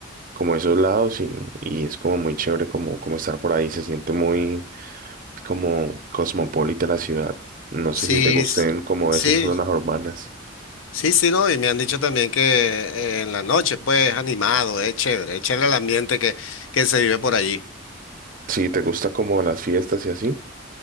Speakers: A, on the right; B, on the left.
A: como esos lados y, y es como muy chévere como, como estar por ahí, se siente muy como cosmopolita la ciudad. No
B: Sí,
A: sé si te gusten
B: s-
A: como
B: sí,
A: esas zonas urbanas.
B: Sí, sí, no, y me han dicho también que eh, en la noche, pues, animado, es chévere, es chévere el ambiente que, que se vive por allí.
A: Si te gusta como las fiestas y así.